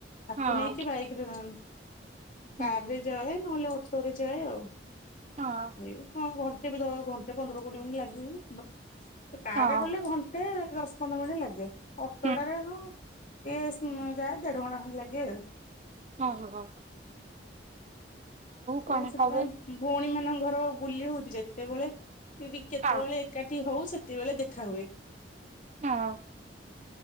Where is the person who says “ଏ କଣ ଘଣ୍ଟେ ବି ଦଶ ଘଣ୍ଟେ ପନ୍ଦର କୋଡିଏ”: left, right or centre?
Left